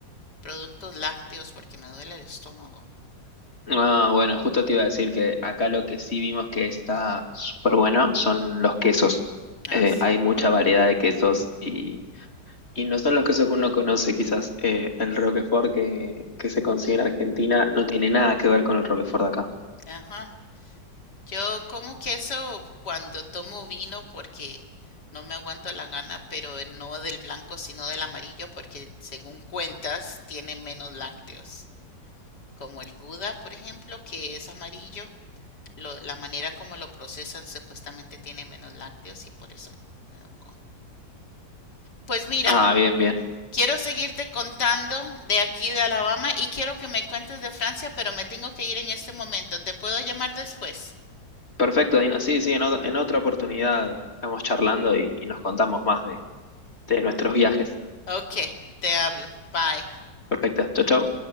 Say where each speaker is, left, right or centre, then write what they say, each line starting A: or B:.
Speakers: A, on the left (about 65°); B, on the left (about 35°).
A: productos lácteos porque me duele el estómago.
B: Ah, bueno, justo te iba a decir que acá lo que sí vimos que está súper bueno son los quesos.
A: Ah,
B: Eh,
A: sí.
B: hay mucha variedad de quesos y Y no son los casos que uno conoce, quizás eh, el Roquefort que, que se consigue en Argentina no tiene nada que ver con el Roquefort de acá.
A: Ajá. Yo como queso cuando tomo vino porque no me aguanto la gana, pero no del blanco sino del amarillo porque según cuentas tiene menos lácteos. Como el Gouda, por ejemplo, que es amarillo. lo- la manera como lo procesan supuestamente tiene menos lácteos y por eso me lo como. Pues mira,
B: Ah, bien, bien.
A: quiero seguirte contando de aquí de Alabama y quiero que me cuentes de Francia, pero me tengo que ir en este momento. ¿Te puedo llamar después?
B: Perfecto, Dina. Sí, sí, en, ot- en otra oportunidad estamos charlando y, y nos contamos más de, de nuestros viajes.
A: Ok, te hablo. Bye.
B: Perfecto. Chau, chau.